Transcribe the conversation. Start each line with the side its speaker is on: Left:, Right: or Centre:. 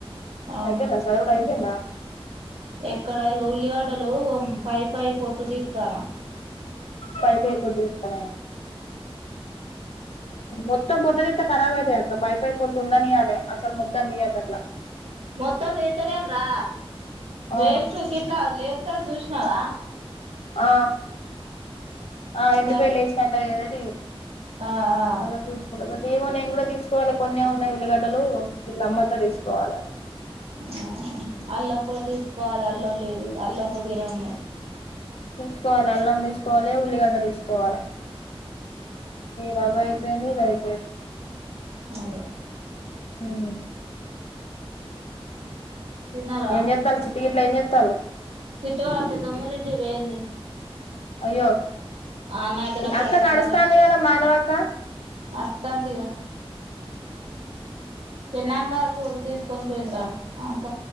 Right: అవును
Left: అయతేనాస అయిపోయిందా
Right: ఎక్కడ ఇగో ఉల్లిగడ్డలు పై పై పొట్టు తీ చానా
Left: పైపై ఫోటో తీత్తనా మొత్తం ఫోటోతీత్తే కరాబైతాయ్ అక్క పై పై పొట్టు ఉండనీయాలే అసలు మొత్తం తీయకట్ల.
Right: మొత్తం తీత్తలేను రా
Left: ఆ
Right: వేస్ట్ గిట్లా లేత జూస్ <unintelligible> నావ
Left: ఆ ఆ ఎండిపోయి
Right: గది
Left: లేసినట్టు అయ్యాయి టేప్
Right: ఆ ఆ
Left: అలా చూసుకో <unintelligible> ఏమో నేను కూడా తీ చూల్లా కొన్నే ఉన్నాయి ఉల్లిగడ్డలు ఇట్లా అమ్మితే తీసుకోవాలే.
Right: ఆ అల్లం కూడా తీసుకోవాలి అల్లం లేదు అల్లం కొద్దిగనే ఉన్నాయి.
Left: తీసుకోవాలి అల్లం తీసుకోవాలి ఉల్లిగడ్డ తీసుకోవాల ఈ రవ్వ అయిపోయింది ఇది అయిపోయింది
Right: అదే
Left: ఉం
Right: తిన్నారా
Left: ఎం చెత్తాళ్ళు చిట్టి గిట్ల ఏం తలు
Right: చిట్టి వాళ్ళ పెద్దమ్మలు ఇంటికి పోయింది
Left: అయ్యో
Right: ఆన్నయితేనే ప్రశాంతంగా
Left: అక్క నడుస్తుంది కద మాన్ వాక్క
Right: అత్తంది ఇగ చెనాంగా ద కొన్ పోయింది ర